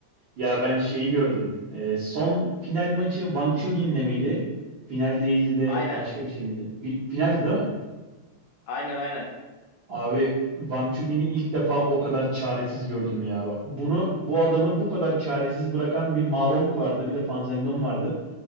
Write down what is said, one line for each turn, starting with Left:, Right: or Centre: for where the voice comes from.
Right: Ya ben şeyi gördüm. Ee, son final maçı Wang Chugin'le miydi? Final değildi de
Left: Aynen.
Right: başka bir şey miydi? Bir, finaldi değil mi?
Left: Aynen aynen.
Right: Abi Wang Chugin'i ilk defa o kadar çaresiz gördüm ya. Bak bunu bu adamı bu kadar çaresiz bırakan bir Ma Long vardı, bir de Fan Zhendong vardı.